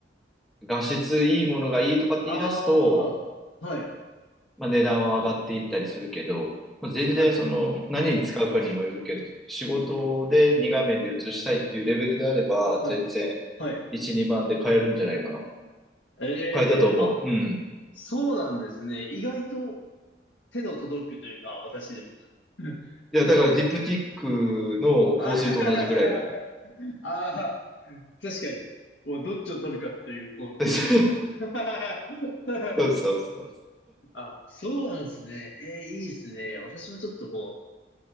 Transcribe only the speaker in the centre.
画質いいものがいいとかって言い出すと、
まあ、値段は上がっていったりするけど、まあ、全然その、
何に使うかにもよるけど、仕事で2画面で映したいっていうレベルであれば、
全然
1、2万で買えるんじゃないかな。
変えたと思う。うん。
いや、だからディプティックの香水と同じぐらいで。
<laughs> そ
うそうそう。